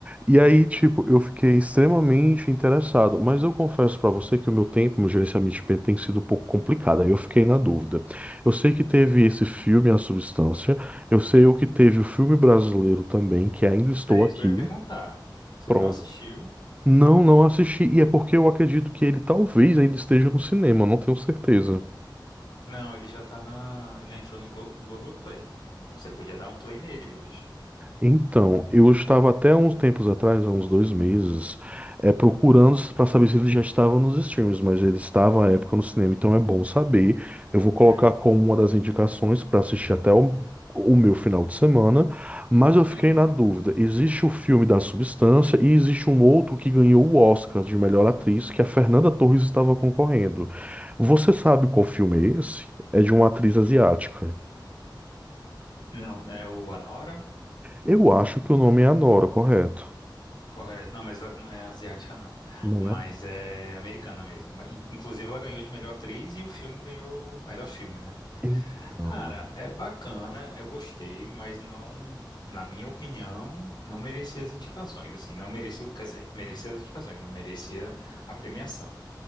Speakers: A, on the right; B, on the left.
A: E aí, tipo, eu fiquei extremamente interessado, mas eu confesso pra você que o meu tempo, meu gerenciamento de tempo tem sido um pouco complicado, aí eu fiquei na dúvida. Eu sei que teve esse filme, A Substância, eu sei o que teve o filme brasileiro também, que ainda estou
B: É isso
A: aqui,
B: que eu ia perguntar. Você
A: pronto.
B: não assistiu?
A: Não, não assisti, e é porque eu acredito que ele talvez ainda esteja no cinema, não tenho certeza.
B: Não, ele já tá na. Já entrou no Glo Globoplay. Então você podia dar um play nele hoje.
A: Então, eu estava até uns tempos atrás, há uns dois meses, é, procurando para saber se ele já estava nos streams, mas ele estava à época no cinema, então é bom saber. Eu vou colocar
B: É.
A: como uma das indicações para assistir até o, o meu final de semana, mas eu fiquei
B: Uhum.
A: na dúvida. Existe o filme da Substância e existe um outro que ganhou o Oscar de melhor atriz, que é a Fernanda Torres estava concorrendo. Você sabe qual filme é esse? É de uma atriz asiática.
B: Não, é o Anora?
A: Eu acho que o nome é Anora, correto?
B: Correto. Não, mas a- não é asiática, não.
A: Não
B: Mas é americana mesmo. E, Inclusive, ela ganhou de melhor atriz e o filme ganhou melhor filme, né?
A: Então,
B: Cara, é bacana, eu gostei, mas não, na minha opinião, não merecia as indicações, assim. Não merecia, quer dizer, merecia as indicações, não merecia a premiação.